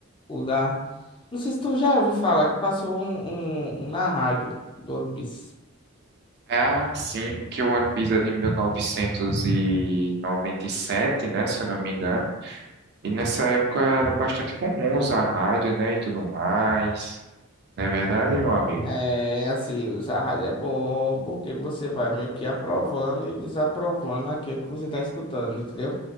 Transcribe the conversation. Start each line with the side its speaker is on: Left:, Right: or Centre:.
Left: o da. Não sei se tu já ouviu falar que passou um, um, um na rádio do One Piece.
Right: É, sim, porque o One Piece é de mil novecentos e e noventa e sete, né, se eu não me engano. E nessa época era bastante comum usar rádio, né, e tudo mais. Não é verdade, meu amigo?
Left: É, assim, usar rádio é bom porque você vai meio que aprovando e desaprovando aquilo que você tá escutando, entendeu?